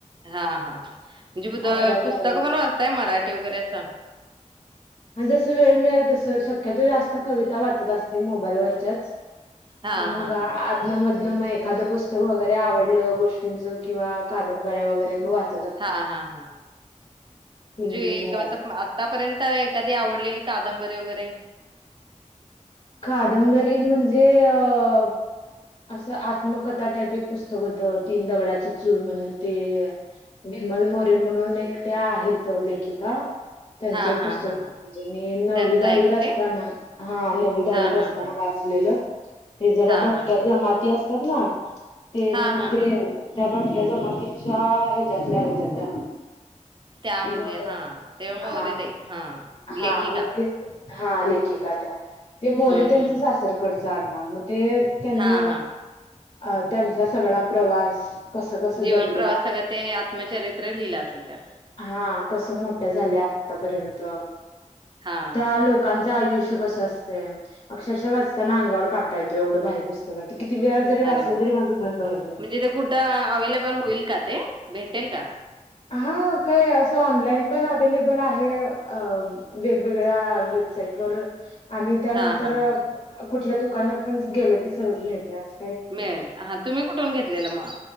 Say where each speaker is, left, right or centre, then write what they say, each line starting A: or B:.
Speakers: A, on the right; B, on the left.
A: हा हा हा म्हणजे उद
B: अकरावी
A: पुस्तक
B: बारावीला
A: पण वाचताय मराठी वगैरे अस.
B: आणि जस वेळ मिळेल तस शक्यतो जास्त कविता वाचत असते मोबाईलवरच्याच.
A: हां,
B: मग
A: हां,
B: आधनं
A: हां.
B: मद मग एखादं पुस्तक वगैरे आवडलं गोष्टींचं किंवा कादंबऱ्या वगैरे मग वाचते.
A: हा हा हा म्हणजे
B: हिंदी मराठी
A: एक आतापर्यंत एखा आवडलेली कादंबरी वगैरे
B: कादंबरी म्हणजे अ असं आत्मकथा टाईप एक पुस्तक होतं तीन दगडाची चूल म्हणून ते विमल मोरे म्हणून एकट्या आहेत लेखिका त्यांच
A: हां,
B: एक
A: हां,
B: पुस्तक
A: हां, हां.
B: मी नववी
A: त्यांचं
B: दहावीत
A: आहे का
B: असताना
A: ते?
B: हा नववी दहावीत
A: हां, हां,
B: असताना
A: हां.
B: वाचलेलं ते जरा
A: हां,
B: भटक्या
A: हां, हां.
B: जमाती असतात ना ते
A: हां,
B: मग
A: हां,
B: ते
A: हां.
B: <inaudible> हया जमातीच्या हेज्यातल्या होत्या त्या.
A: त्या म्हणजे
B: मग
A: हा तेव्हा मोरे
B: हा
A: ताई हा
B: हा
A: लेखिका.
B: मग ते हा लेखिका त्या ते मोरे
A: हं,
B: त्यांचं
A: हं,
B: सासर
A: हं.
B: कडचं <inaudible> ते त्यांनी
A: हां, हां.
B: अ त्यांचा सगळा प्रवास कसं कसं
A: जीवन
B: जगल्या
A: प्रवास सगळ ते आत्मचरित्र लिहिलं असेल त्यात.
B: हा कसं मोठ्या झाल्या आतापर्यंत.
A: हां.
B: त्या लोकांचं आयुष्य <unintelligible> अक्षरशः वाचताना अंगावर काटा येतोय एवढं भारी पुस्तक हाय ते. किती वेळा जरी
A: अरे
B: वाचलं
A: बाप
B: तरी माझं मन भरत नाही
A: म्हणजे ते कुठं अवेलेबल होईल का ते? भेटेल का?
B: हा काय? अस ऑनलाईन पण अवेलेबल आहे. अ.. अशा वेगवेगळ्या वेबसाइटवर. आणि त्यानंतर
A: हां, हां, हां.
B: कुठल्या दुकानात पण गेलं की सहज मिळतय अस.
A: मिळेल हा तुम्ही कुठून घेतलेलं म?